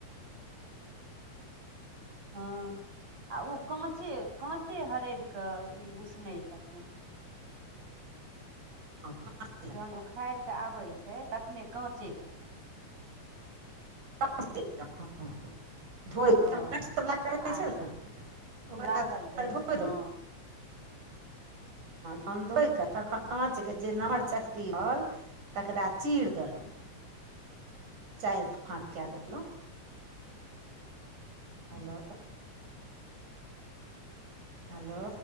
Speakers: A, on the right; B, on the right.
A: हँ आ ओ काँचे काँचे हरदि कऽ ई उसने छथिन।
B: हँ।
A: जहन उखाड़ि के आबै छै तखने काँचे क।
B: <unintelligible>
A: ओ आ
B: ओकरा
A: लागल रहै
B: धोइ
A: छै हँ।
B: हन धोयके तखन काँचके जे नमर चक्ती होल। तकरा चीर देलहुँ चारि फाँक कए देलहुँ। हेलो। हेलो।